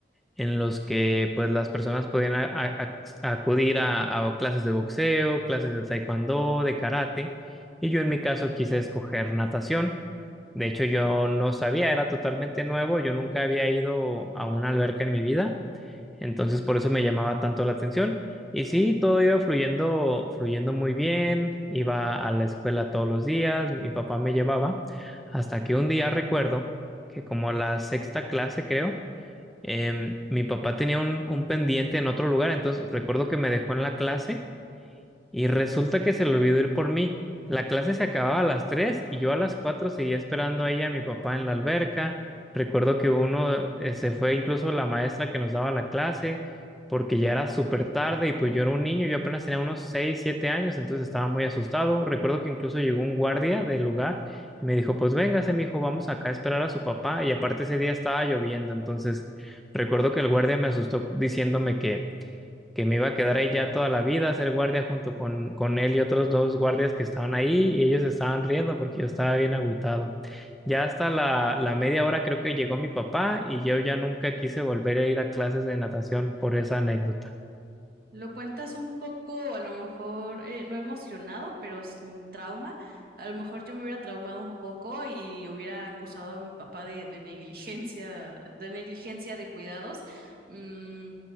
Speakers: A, in the centre; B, on the right (about 55°).
A: en los que pues las personas podían a- a- a- acudir a, a clases de boxeo, clases de taekwondo, de karate, y yo en mi caso quise escoger natación. De hecho, yo no sabía, era totalmente nuevo, yo nunca había ido a una alberca en mi vida, entonces por eso me llamaba tanto la atención. Y sí, todo iba fluyendo, fluyendo muy bien, iba a la escuela todos los días, mi papá me llevaba, hasta que un día recuerdo que como la sexta clase, creo, Em, mi papá tenía un, un pendiente en otro lugar, entonces recuerdo que me dejó en la clase y resulta que se le olvidó ir por mí. La clase se acababa a las 3 y yo a las 4 seguía esperando a ella y a mi papá en la alberca. Recuerdo que uno eh, se fue incluso la maestra que nos daba la clase porque ya era súper tarde y pues yo era un niño, yo apenas tenía unos 6 7 años, entonces estaba muy asustado. Recuerdo que incluso llegó un guardia del lugar y me dijo, pues véngase, mijo, vamos acá a esperar a su papá. Y aparte ese día estaba lloviendo, entonces recuerdo que el guardia me asustó diciéndome que que me iba a quedar ahí ya toda la vida a ser guardia junto con, con él y otros dos guardias que estaban ahí y ellos estaban riendo porque yo estaba bien agüitado. Ya hasta la, la media hora creo que llegó mi papá y yo ya nunca quise volver a ir a clases de natación por esa anécdota.
B: Lo cuentas un poco, a lo mejor, eh, no emocionado, pero sin trauma. A lo mejor yo me hubiera traumado un poco y hubiera acusado a mi papá de, de negligencia, de negligencia de cuidados. Mm,